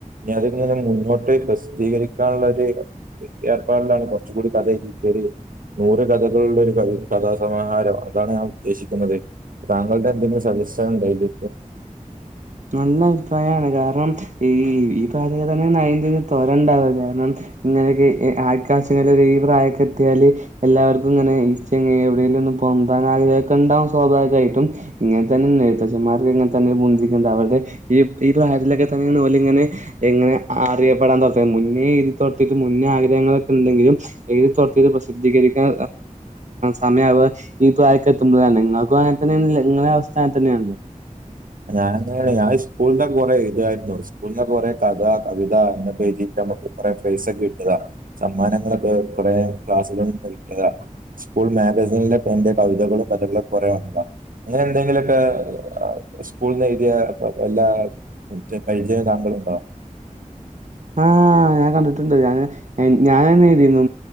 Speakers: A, on the right; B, on the right.
A: ഞാൻ അതിൽങ്ങെ മുന്നോട്ട് പ്രസിദ്ധീകരിക്കാനുള്ള ഒരു ഏർപ്പാടിലാണ് കുറച്ച കൂടി കഥഎഴുതിട്ട് നൂറ് കഥകളുള്ള ഒരു കവി കഥാസമാഹാരം അതാണ് ഞാൻ ഉദ്ദേശിക്കുന്നത് താങ്കളുടെ എന്തെങ്കിലും സജസ്ഷാനൊണ്ടോകയ്യില്.
B: നല്ല അഭിപ്രായമാണ്. കാരണം, ഈ ഈ പാശ്യക്കെതന്നെ നയതില് തോരൊണ്ടാവില്ല. കാരണം. ഇങ്ങനെയെക്ക് ആൾകാശകളെ ഈ പ്രായക്കെയെത്തിയാല് എല്ലാവർ ഇങ്ങനെ ഈ ചങ്ങ എവിടെേലും ഒും പൊന്താ ആൊക്കെണ്ടാവും സ്വാഭാവികമായിട്ടും ഇങ്ങനെ തന്നെെഴ മാർക്കു വന്നെത്തന്നെ മൂഞ്ചി എന്താ അവളുടെ ഈ ഈ പ്രായത്തിലൊക്കെ തന്നെയിതുപോലിങ്ങനെ എങ്ങനെ അറിയപ്പെടാൻ തെടസം മുന്നേയിത്. തോർത്തീട്ട് മുന്നേ ആഗ്രഹങ്ങളൊക്കെണ്ടെങ്കിലുംഎഴുതി തോർത്തിയത് ന്താ. പ്രസിദ്ധീകരിക്കാൻ സമയം. അപ്പ ഈ പ്രായക്കെത്തുമ്പോഴ നിങ്ങൾക്ക് അങ്ങനെ തന്നെയല്ലോ നിങ്ങളെ അവസ്ഥാനത്ത് തന്നെയാണല്ലോ
A: ഞാൻങ്ങ ഞാൻ സ്കൂളിന്റെ കൊറെേ ഇതായിരുന്നു സ്കൂളിന്റെ കൊറെ കഥ കവിത അങ്ങനെ പേതി പ്രൈസെ കട്ട സമ്മാനങ്ങളൊക്കെ കുറ ക്ലാ കിട്ട സ്കൂൾ മാഗസീനില് എന്റെ കവിതകള് കഥകളൊക്കെ കൊറെ വന്നതാ. അങ്ങനെ എന്തെങ്കിലുമൊക്കെ ആഹ്. സ്കൂൾന്ന് എഴുതിയയെല്ലാ മറ്റ് പരിചയ താങ്കളുണ്ടോ?
B: ആഹ് ഞാൻ കണ്ടിട്ടൊണ്ട്. ഞ ഞാനെന്നെഴുതിരുന്നു.